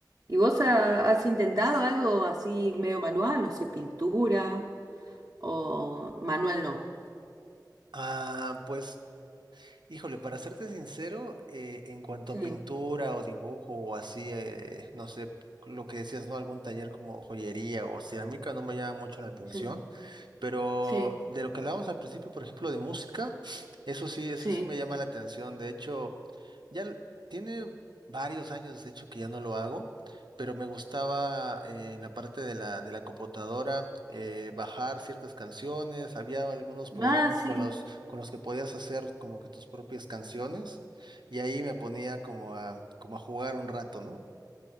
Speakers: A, on the right; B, on the right.
A: ¿Y vos ha- has intentado algo así medio manual? No sé, pintura o manual no.
B: Ah, pues, híjole, para serte sincero, eh, en cuanto
A: Sí,
B: a pintura o dibujo o así, eh, no sé, p- lo que decías, ¿no? Algún taller como joyería o cerámica no me llama mucho la atención,
A: sí,
B: pero
A: sí,
B: de lo que hablábamos al principio, por ejemplo, de música, eso sí, eso
A: sí.
B: sí me llama la atención. De hecho, ya l- tiene varios años, de hecho, que ya no lo hago, pero me gustaba eh, en la parte de la, de la computadora eh, bajar ciertas canciones, había algunos programas
A: Ah, sí.
B: con los con los que podías hacer como que tus propias canciones y ahí me ponía como a, como a jugar un rato, ¿no?